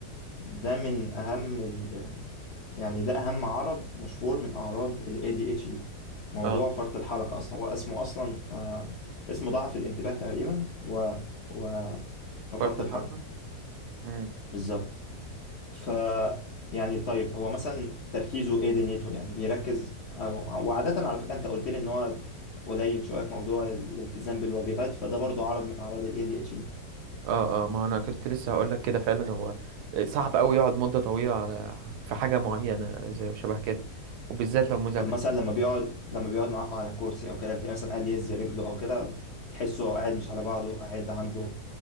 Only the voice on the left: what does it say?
ده من أهم ال... يعني ده أهم عرض مشهور من أعراض ال ADHD موضوع
فرط الحركة أصلا هو اسمه أصلا آه اسمه ضعف الانتباه تقريبا و... و... وفرط
الحركة
بالظبط ف يعني طيب هو مثلا تركيزه ايه دنيته يعني بيركز أو... وعادة على فكرة أنت قلت لي إن هو قليل شوية في موضوع الالتزام بالواجبات فده برضو عرض من أعراض ال ADHD
طب مثلا لما بيقعد لما بيقعد معاكوا على كرسي او كده بتلاقيه مثلا قاعد يهز رجله او كده تحسه قاعد مش على بعضه قاعد عنده